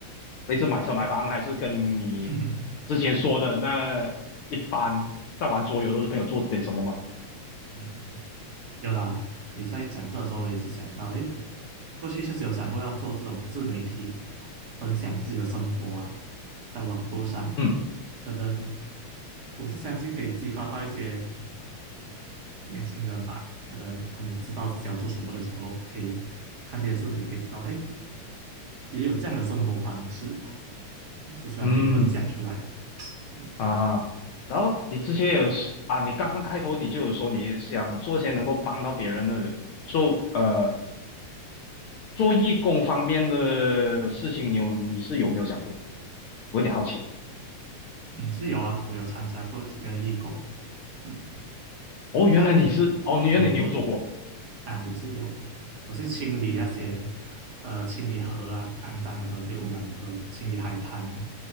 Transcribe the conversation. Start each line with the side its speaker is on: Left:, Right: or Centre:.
Left: 类似买车买房，还是跟你之前说的那一般在玩桌游的朋友做点什么吗？
Right: <laughs> 嗯有啦，你在讲这的时候，我也是想到，诶，过去确实有想过要做这种自媒体，分享自己的生活啊，在网络上，
Left: 嗯
Right: 可能我是相信可以激发到一些年轻人吧，可能他们不知道自己要做什么的时候，可以看这些视频，可以知道，哎，也有这样的生活方式，我是希望可以分享出来。
Left: 嗯。
Right: 嗯
Left: 啊，然后你之前有是啊，你刚刚开头你就有说你想做些能够帮到别人的，做呃做义工方面的事情，你有你是有没有想过？我有点好奇。
Right: 嗯，是有啊，我有参加过几个义工，嗯，
Left: 哦，原来你是哦，
Right: 但
Left: 你原来你有做过
Right: 嗯啊也是有，我是清理那些呃清理河啊，肮脏的河、被污染的河，清理海滩啊，